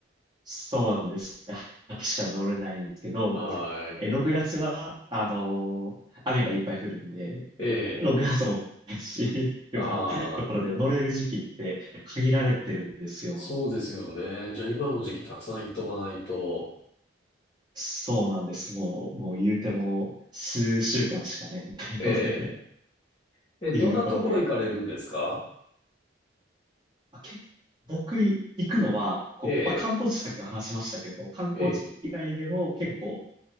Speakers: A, on the right; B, on the left.
A: そうなんですね。秋しか乗れないんですけど、
B: はい。
A: え、6月は、あのー雨がいっぱい降るんで、
B: ええ。
A: 6月もないし、っていうようなところで乗れる時期って限られてるんですよ。
B: ああ、そうですよね。じゃあ今の時期たくさん行っとかないと。
A: そうなんです。もう、もう言うても数週間しかね、ないのでねっ
B: ええ。え、どんなところ行かれるんですか
A: ていうところで、まあ、け、僕い行くのは、こう、
B: ええ、
A: まあ、観光地さっき話しましたけど、観光地以外でも結構こう、
B: ええ、